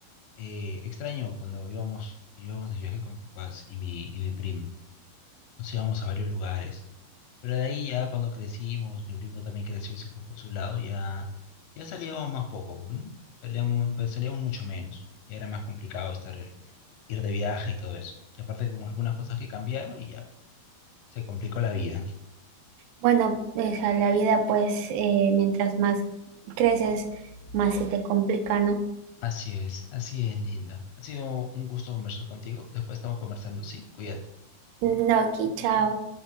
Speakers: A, on the left; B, on the right.
A: Eh, extraño cuando íbamos, íbamos de viaje con mis papás y mi, y mi primo. Nos íbamos a varios lugares. Pero de ahí ya cuando crecimos, mi primo también creció y se fue por su lado, ya, ya salíamos más poco, ¿no? Salíamos, salíamos mucho menos. Ya era más complicado estar ir de viaje y todo eso. Y aparte con algunas cosas que cambiaron y ya se complicó la vida.
B: Bueno, o sea, la vida pues eh, mientras más creces, más se te complica, ¿no?
A: Así es, así es, Linda. Ha sido un gusto conversar contigo. Después estamos conversando, sí, cuídate.
B: No, aquí, chao.